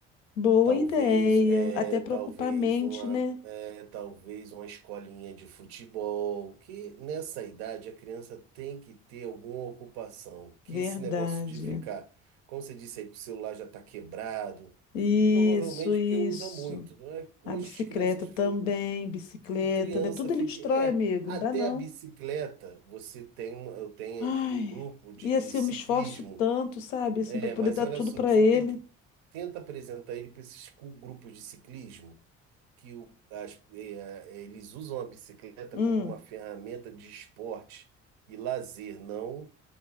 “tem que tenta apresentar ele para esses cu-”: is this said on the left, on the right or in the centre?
Right